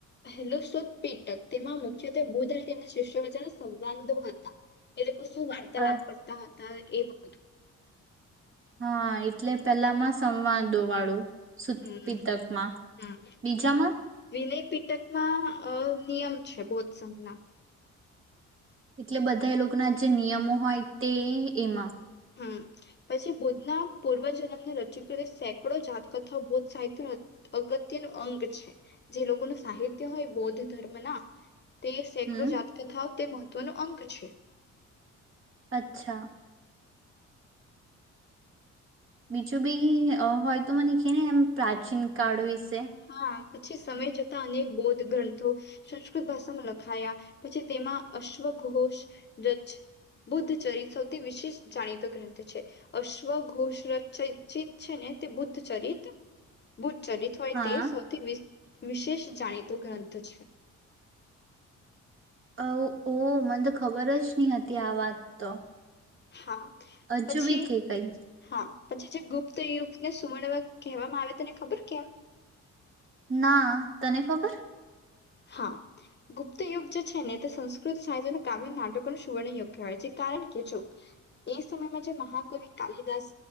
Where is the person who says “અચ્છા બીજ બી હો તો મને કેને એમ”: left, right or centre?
Right